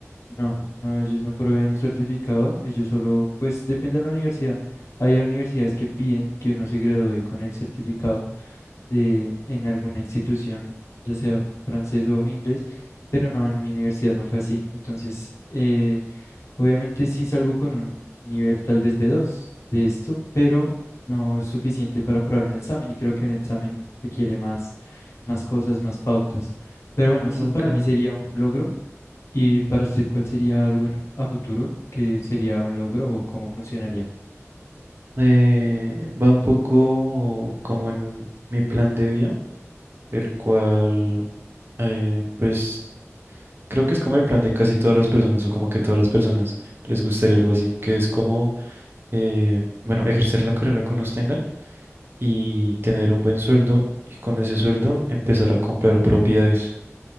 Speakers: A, on the left; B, on the right.
A: No, no, ellos no proveen un certificado, ellos solo, pues depende de la universidad. Hay universidades que piden que uno se gradúe con el certificado de, en alguna institución, ya sea francés o inglés, pero no, en mi universidad no fue así. Entonces, eh, Obviamente sí salgo con un nivel tal vez b dos de esto, pero no es suficiente para aprobar un examen y creo que un examen requiere más, más cosas, más pautas. Pero bueno, eso
B: Ok.
A: para mí sería un logro. ¿Y para usted cuál sería algo en- a futuro que sería un logro o cómo funcionaría?
B: Eh, va un poco como en mi plan de vida, el cual, eh, pues creo que es como el plan de casi todas las personas o como que todas las personas les gustaría algo así, que es como, eh, bueno, ejercer la carrera que nos tengan y tener un buen sueldo y con ese sueldo empezar a comprar propiedades